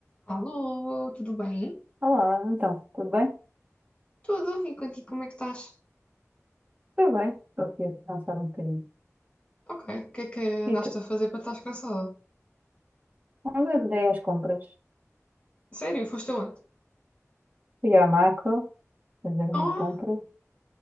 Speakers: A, on the left; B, on the right.
A: Alô, tudo bem?
B: Olá, então, tudo bem?
A: Tudo, e contigo como é que estás?
B: Tudo bem, estou aqui a descansar um bocadinho.
A: Ok, o que é que andaste
B: E tu?
A: a fazer para estar cansada?
B: Onde andei às compras?
A: Sério, foste aonde?
B: Fui à macro, fazer umas
A: Ah,
B: compras.